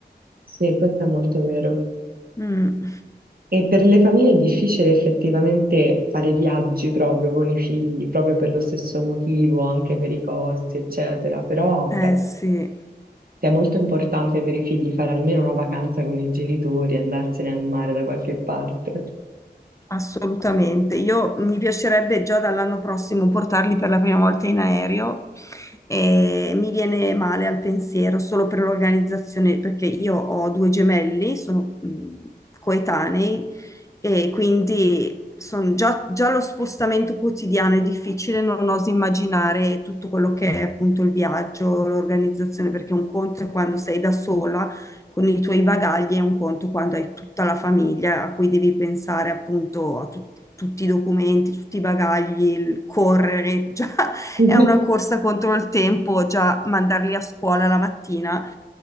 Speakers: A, on the right; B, on the left.
A: Sì, questo è molto vero.
B: Mm.
A: E per le famiglie è difficile effettivamente fare viaggi proprio con i figli, proprio per lo stesso motivo, anche per i costi, eccetera. Però
B: Eh
A: beh,
B: sì.
A: sia molto importante per i figli fare almeno una vacanza con i genitori, andarsene al mare da qualche parte.
B: Assolutamente, io mi piacerebbe già dall'anno prossimo portarli per la prima volta in aereo e mi viene male al pensiero solo per l'organizzazione, perché io ho due gemelli, sono mh, coetanei e quindi son- già, già lo spostamento quotidiano è difficile, non oso immaginare tutto quello che è appunto il viaggio, l'organizzazione, perché un conto è quando sei da sola con i tuoi bagagli è un conto quando hai tutta la famiglia a cui devi pensare appunto a tut- tutti i documenti, tutti i bagagli, il correre, già <laughs>
A: <laughs>
B: è una corsa contro il tempo, già mandarli a scuola la mattina